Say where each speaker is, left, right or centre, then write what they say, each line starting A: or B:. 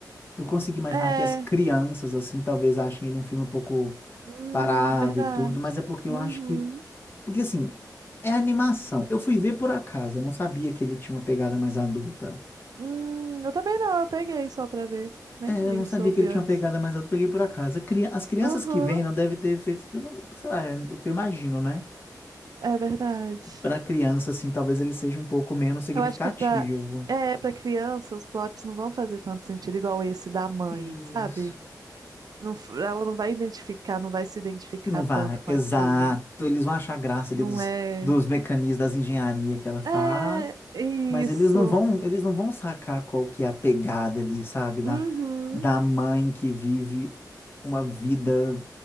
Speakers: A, on the left; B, on the right.
A: Eu consigo imaginar
B: É,
A: que as crianças assim talvez achem ele um filme um pouco
B: Hum,
A: parado
B: verdade.
A: e tudo, mas é porque
B: Uhum.
A: eu acho que porque assim, é animação. Eu fui ver por acaso, eu não sabia que ele tinha uma pegada mais adulta.
B: Hum, eu também não, eu peguei só pra ver. Nem
A: É,
B: li
A: eu não sabia
B: sobre
A: que ele tinha
B: antes.
A: uma pegada mais alta, peguei por acaso. A cria- As crianças
B: Aham,
A: que vêm não devem ter feito, eu não- sei lá, é o que eu imagino, né?
B: é verdade.
A: Para criança, assim, talvez ele seja um pouco menos significativo.
B: Eu acho que pra, é, pra criança os plots não vão fazer tanto sentido igual esse da mãe,
A: Isso.
B: sabe? Não, f- ela não vai identificar, não vai se identificar
A: Não vai,
B: tanto com
A: exato.
B: aquilo.
A: Eles vão achar graça
B: Não
A: ali dos,
B: é.
A: dos mecanismos das engenharia que ela faz,
B: É isso.
A: mas eles não vão, eles não vão sacar qual que é a pegada ali, sabe? Da,
B: Uhum.
A: da mãe que vive uma vida